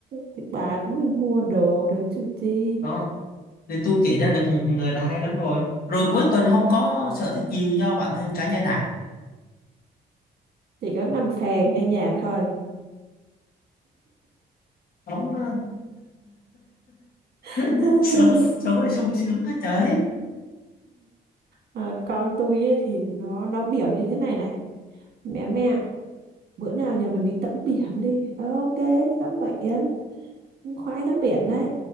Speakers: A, on the right; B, on the left.
A: thì bà cũng đi mua đồ rồi chứ chi
B: đó thì tôi kể ra được người là hay lắm rồi rồi cuối tuần không có sở thích gì cho bản thân cá nhân à
A: chỉ có nằm phè nghe nhạc thôi
B: sống ờ,
A: <laughs>
B: <laughs> sống sống là sung sướng hết trời
A: à, con tôi ấy thì nó nó biểu như thế này này mẹ mẹ bữa nào nhà mình đi tắm biển đi ờ, ok đi tắm biển khoái tắm biển đấy